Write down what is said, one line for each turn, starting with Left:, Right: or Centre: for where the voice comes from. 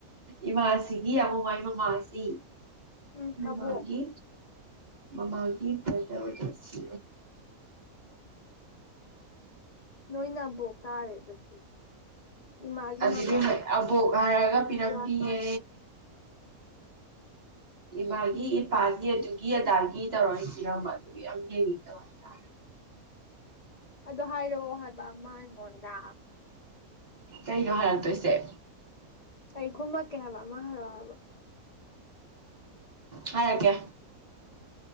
Right: ꯏꯃꯥꯁꯤꯒꯤ ꯑꯃꯨꯛ ꯃꯥꯏ ꯃꯃꯥꯁꯤ
Left: ꯎꯝ ꯃꯕꯣꯛ
Right: ꯃꯥꯒꯤ ꯃꯃꯥꯒꯤ <unintelligible> ꯔꯗꯁꯤ
Left: ꯅꯣꯏ ꯅꯕꯣꯛ ꯇꯥꯔꯦ ꯑꯗꯨꯗꯤ ꯏꯃꯥꯒꯤ
Right: ꯑꯗꯨꯗꯤ
Left: ꯃꯃꯥ
Right: ꯑꯕꯣꯛ ꯍꯥꯏꯔꯒ ꯄꯤꯔꯝꯃꯤꯌꯦ
Left: ꯍꯨꯔꯥꯟ
Right: ꯏꯃꯥꯒꯤ ꯏꯄꯥꯒꯤ ꯑꯗꯨꯒꯤ ꯑꯗꯥꯒꯤ ꯇꯧꯔ ꯏꯔꯝꯕ ꯑꯗꯨ ꯌꯥꯝ ꯌꯦꯡꯅꯤꯡꯇꯕ ꯍꯥꯏꯇꯥꯔꯦ
Left: ꯑꯗ ꯍꯥꯏꯔꯛꯑꯣ ꯍꯥꯏꯕ ꯑꯃ ꯑꯩꯉꯣꯟꯗ
Right: ꯀꯩꯅꯣ ꯍꯥꯏꯔꯛꯇꯣꯏꯁꯦ
Left: ꯑꯩ ꯈꯨꯝꯃꯛꯀꯦ ꯍꯥꯏꯕ ꯑꯃ ꯍꯥꯏꯔꯛꯑꯣ ꯍꯥꯏꯕ
Right: ꯍꯥꯏ ꯔꯛꯀꯦ